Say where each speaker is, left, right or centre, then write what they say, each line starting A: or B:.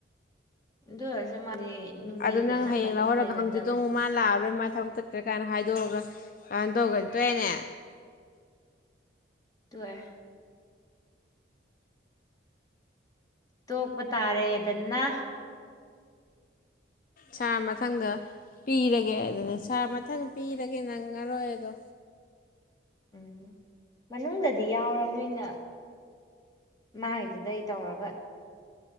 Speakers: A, on the left; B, on the left.
A: ꯑꯗꯨ ꯑꯣꯏꯔꯁꯨ ꯃꯥꯗꯤ ꯅꯨꯡꯊꯤꯟꯗꯤ
B: ꯑꯗꯨ ꯅꯪ
A: ꯑꯅꯝꯕꯅ
B: ꯍꯌꯦꯡ ꯂꯧꯍꯧꯔꯒ
A: ꯂꯩꯒꯟꯗꯕꯅꯦ
B: ꯍꯪꯖꯠꯇꯣ ꯑꯃꯨ ꯃꯥ ꯂꯥꯛꯑꯔꯣꯏ ꯃꯥ ꯊ ꯇꯀ꯭ꯔꯦ ꯀꯥꯏꯅ ꯍꯥꯏꯗꯣꯛꯑꯒ ꯀꯥꯏꯅ ꯇꯧꯒꯅꯤ ꯇꯣꯛꯦꯅꯦ
A: ꯑꯗꯨ ꯑꯣꯏꯔꯦ ꯇꯣꯛꯄ ꯇꯥꯔꯦꯗꯅ
B: ꯁꯥꯔ ꯃꯊꯪꯗ ꯄꯤꯔꯒꯦ ꯑꯗꯨꯅꯦ ꯁꯥꯔ ꯃꯊꯪ ꯄꯤꯔꯒꯦ ꯅꯪꯉꯔꯣꯏ ꯑꯗꯣ
A: ꯎꯝ ꯃꯅꯨꯡꯗꯗꯤ ꯌꯥꯎꯔ ꯅꯣꯏꯅ ꯃꯥꯥꯏꯒꯤꯗꯨꯗꯩ ꯇꯧꯔꯒ